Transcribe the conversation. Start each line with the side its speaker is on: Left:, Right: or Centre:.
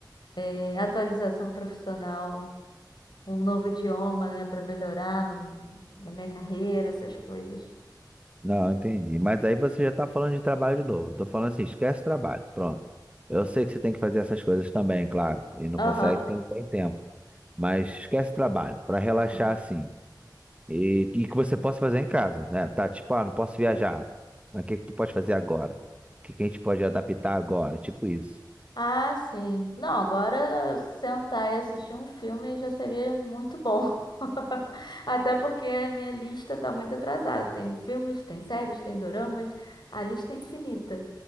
Left: é, atualização profissional. um novo idioma, né, Pra melhorar no- na minha carreira, essas coisas.
Right: Não, entendi. Mas aí você já está falando de trabalho de novo. Eu tô falando assim, esquece trabalho. Pronto. Eu sei que você tem que fazer essas coisas também, claro. E não
Left: Aham.
Right: consegue porque não tem tempo. Mas esquece trabalho, para relaxar
Left: Hum.
Right: assim. E, e que você possa fazer em casa, né? Tá tipo, ah, não posso viajar. Mas o que que tu pode fazer agora? O que que a gente pode adaptar agora? Tipo isso.
Left: Ah, sim. Não, agora sentar e assistir um filme já seria muito bom. <laughs> Até porque a minha lista tá muito atrasada. Tem filmes, tem séries, tem doramas. A lista é infinita.